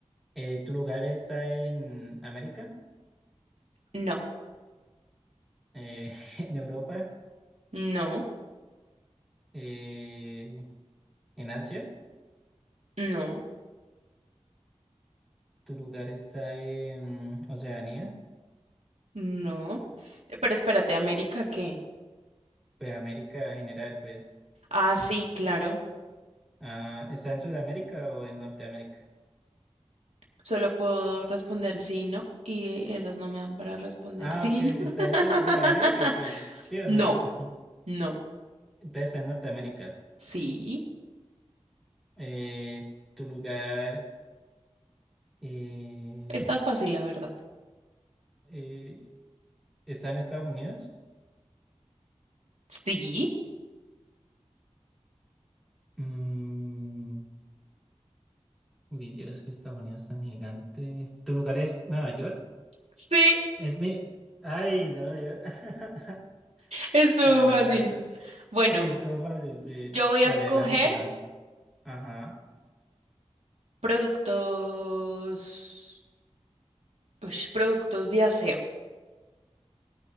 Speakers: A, in the centre; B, on the right (about 80°).
A: Eh, ¿tu lugar está en América?
B: No,
A: Eh, <laughs> ¿en Europa?
B: no,
A: Eh, ¿en Asia?
B: no,
A: ¿Tu lugar está en Oceanía?
B: no. Eh, Pero espérate, ¿América qué?
A: Pues América en general, pues.
B: Ah, sí, claro.
A: Ah, ¿está en Sudamérica o en Norteamérica?
B: Solo puedo responder sí, no. Y esas no me dan para responder
A: Ah,
B: sí,
A: ok, ¿está
B: no. <laughs>
A: en Su- Sudamérica o qué? ¿Sí o
B: No,
A: no? <laughs>
B: no,
A: Entonces está en Norteamérica.
B: sí.
A: Eh, ¿tu lugar eh,
B: Está fácil, la verdad.
A: eh, está en Estados Unidos?
B: Sí,
A: Mm, uy, Dios, que Estados Unidos es tan gigante. ¿Tu lugar es Nueva York?
B: sí,
A: Es mi... Ay, no, yo... <laughs>
B: estuvo
A: Ah, no,
B: fácil.
A: la verdad.
B: Bueno,
A: Sí, estuvo fácil, sí.
B: yo voy
A: Dale,
B: a escoger
A: la última. Ajá.
B: productos, ush, productos de aseo.